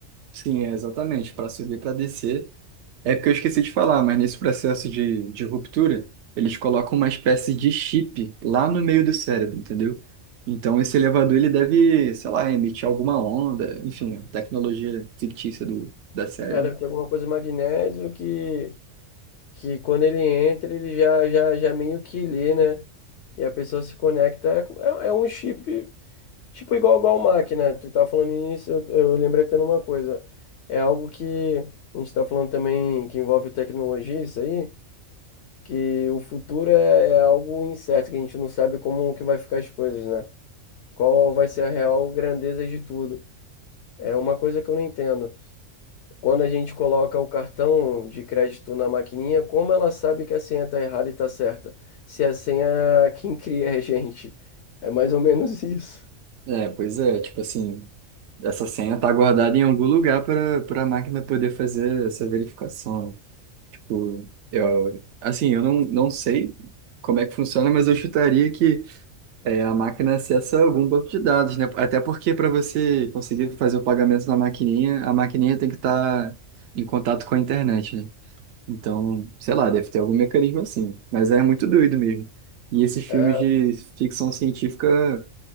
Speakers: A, on the right; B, on the left.
A: Sim, é exatamente. Para subir, para descer. É porque eu esqueci de falar, mas nesse processo de, de ruptura, eles colocam uma espécie de chip lá no meio do cérebro, entendeu? Então esse elevador ele deve, sei lá, emitir alguma onda, enfim, a tecnologia fictícia do, da série.
B: Era
A: né?
B: ter alguma coisa magnésio que que quando ele entra, ele já, já, já meio que lê, né? E a pessoa se conecta. É, com- é é um chip, tipo, igual, igual máquina. Tu tá falando nisso, eu, eu lembrei até de uma coisa. É algo que a gente tá falando também que envolve tecnologia, isso aí, que o futuro é, é algo incerto, que a gente não sabe como que vai ficar as coisas, né? Qual vai ser a real grandeza de tudo. É uma coisa que eu não entendo. Quando a gente coloca o cartão de crédito na maquininha, como ela sabe que a senha está errada e está certa? Se a senha é quem cria é a gente. É mais ou menos <laughs> isso.
A: É, pois é, tipo assim, essa senha tá guardada em algum lugar para para a máquina poder fazer essa verificação. Tipo, eu, assim, eu não, não sei como é que funciona, mas eu chutaria que É, a máquina acessa algum banco de dados, né? Até porque para você conseguir fazer o pagamento na maquininha, a maquininha tem que estar em contato com a internet, né? Então, sei lá, deve ter algum mecanismo assim. Mas é muito doido mesmo. E esses filmes
B: É,
A: de ficção científica